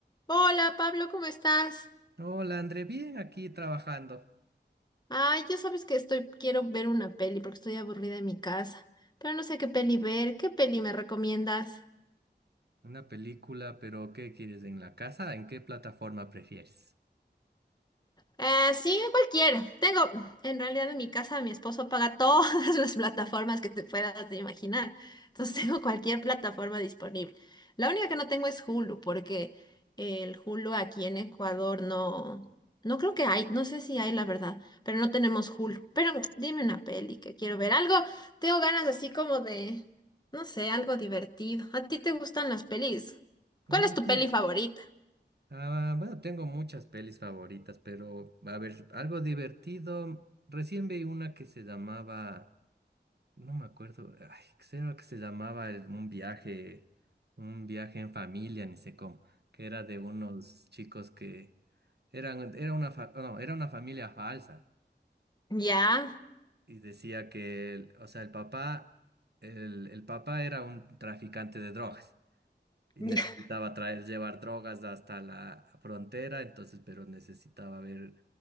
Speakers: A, on the left; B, on the right.
A: Hola Pablo, ¿cómo estás?
B: Hola André, bien aquí trabajando.
A: Ay, ya sabes que estoy, quiero ver una peli porque estoy aburrida en mi casa, pero no sé qué peli ver, ¿qué peli me recomiendas?
B: Una película, pero ¿qué quieres en la casa? ¿En qué plataforma prefieres?
A: Eh, sí, cualquiera. Tengo, en realidad en mi casa mi esposo paga todas <laughs> las plataformas que te puedas de imaginar. Entonces <laughs> tengo cualquier plataforma disponible. La única que no tengo es Hulu, porque el Hulu aquí en Ecuador no, no creo que hay, no sé si hay la verdad, pero no tenemos Hulu. Pero <tsk> dime una peli que quiero ver. Algo, tengo ganas así como de, no sé, algo divertido. ¿A ti te gustan las pelis?
B: Ah,
A: ¿Cuál es tu
B: sí.
A: peli favorita?
B: Ah, bueno, tengo muchas pelis favoritas, pero a ver, algo divertido. Recién vi una que se llamaba, no me acuerdo, ay, ¿qué era que se llamaba el- un viaje, un viaje en familia, ni sé cómo, que era de unos chicos que eran, era una, fa- no, era una familia falsa.
A: Ya.
B: y decía que, el- o sea, el papá, el, el papá era un traficante de drogas y
A: <laughs>
B: necesitaba traer, llevar drogas hasta la frontera, entonces, pero necesitaba ver,